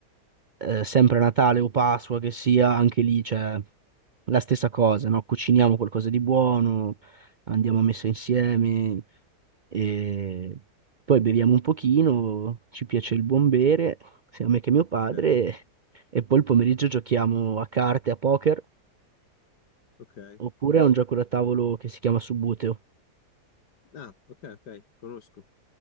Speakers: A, on the right; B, on the left.
A: eh, sempre Natale o Pasqua che sia, anche lì c'è la stessa cosa, no? Cuciniamo qualcosa di buono, andiamo a messa insieme e poi beviamo un pochino, ci piace il buon bere, sia a me che a mio padre,
B: ok,
A: e poi il pomeriggio giochiamo a carte, a poker,
B: ok.
A: oppure a un gioco da tavolo che si chiama Subbuteo.
B: Ah, ok, ok, conosco.